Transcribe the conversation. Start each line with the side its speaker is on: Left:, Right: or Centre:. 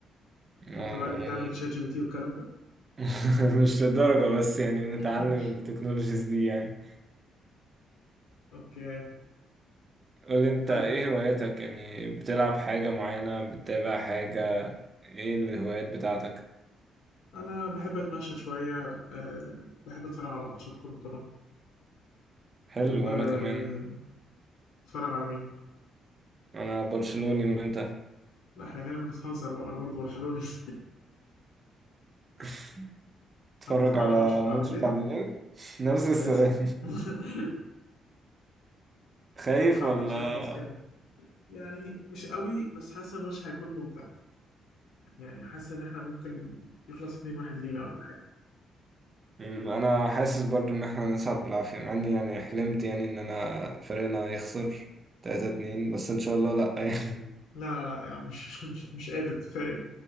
Right: آه،
Left: انت بقى اللي بتعمل
Right: يعني
Left: شات جي بي تي والكلام ده
Right: <laughs> مش للدرجة بس يعني بنتعلم
Left: <laughs>
Right: التكنولوجيز دي يعني
Left: اوكي
Right: قول انت
Left: عب-
Right: ايه هواياتك يعني بتلعب حاجة معينة بتتابع حاجة ايه الهوايات بتاعتك
Left: انا بحب اتمشى شويه أه بحب اتفرج على ماتشات كره قدم
Right: حلو
Left: واتفرج
Right: وانا كمان
Left: على مين
Right: انا برشلوني وانت
Left: لا احنا كده بنتهزر بقى وانا برضو برشلوني <laughs>
Right: <laughs> اتفرج
Left: هتتفرج
Right: على
Left: على الماتش بتاع
Right: الماتش
Left: بالليل
Right: بتاع بالليل <laughs> نفس السؤال
Left: لازم <laughs>
Right: خايف
Left: اتوقع
Right: ولا
Left: الماتش هيخلص كام يعني مش قوي بس حاسس الماتش هيكون ممتع يعني حاسس ان احنا ممكن يخلص 2-1 لينا ولا حاجه
Right: مم، انا حاسس برضو ان احنا نصعد بالعافية مع اني يعني حلمت يعني ان انا فريقنا يخسر 3 2 بس ان شاء الله لا يعني
Left: لا لا لا يعني مش مش مش قادر كفايه